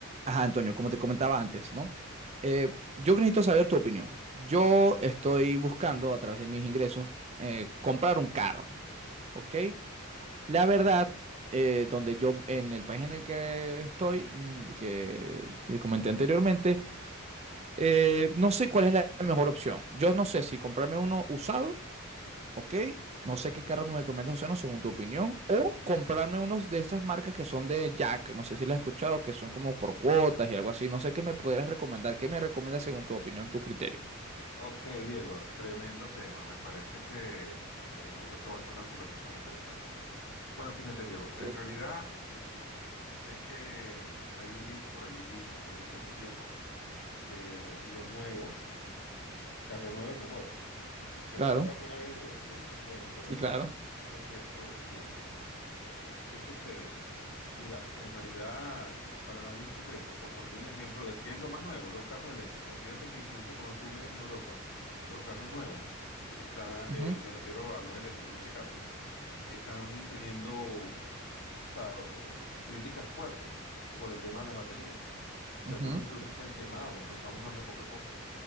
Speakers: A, on the right; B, on the left.
A: Ajá, Antonio, como te comentaba antes, ¿no? Eh, yo necesito saber tu opinión. Yo estoy buscando a través de mis ingresos eh, comprar un carro, ¿ok? La verdad, eh, donde yo, en el país en el que estoy, mm, que que comenté anteriormente, eh, no sé cuál es la mejor opción. Yo no sé si comprarme uno usado Ok, no sé qué carro me recomiendas, José, no, según tu opinión. O comprarme unos de estas marcas que son de Jack. No sé si las has escuchado, que son como por cuotas y algo así. No sé qué me podrías recomendar. ¿Qué me recomiendas según tu opinión, tu criterio?
B: Ok, Diego, tremendo tema. Me parece que eh, esto va a ser una conversación interesante. Bueno, fíjate, Diego,
A: Ok.
B: en realidad sé que hay un dicho por allí que tiene cierto tiempo, que lo nuevo, carro nuevo es mejor. ¿Te
A: Claro,
B: has escuchado alguna vez eso- ese dicho? Bueno, pero
A: sí,
B: eso
A: claro.
B: no, no es cierto siempre. ¿Qué sucede? Mira, en realidad para nadie es un secreto. Por poner un ejemplo de qué es lo más nuevo, los carros eléctricos. Fíjate que incluso cuando tú ves en Europa los carros nuevos, está,
A: Ujú,
B: eh, me refiero a los eléctricos en este caso, están teniendo o sea, eh, críticas fuertes por el tema de las baterías, que
A: ujú.
B: algunos incluso se han quemado. No estamos hablando de poca cosa.